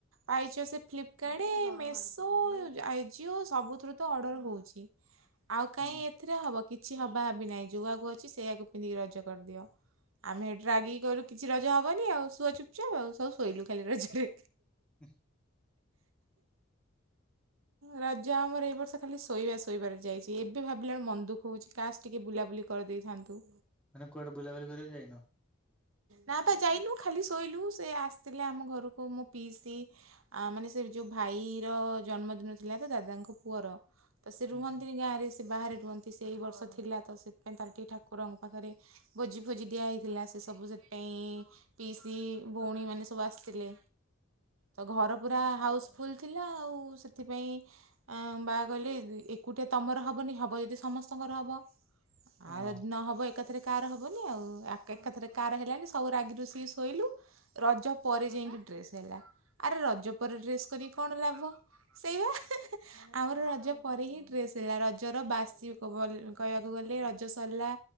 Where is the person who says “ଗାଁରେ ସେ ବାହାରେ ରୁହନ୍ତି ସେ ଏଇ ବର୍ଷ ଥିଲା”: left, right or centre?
Right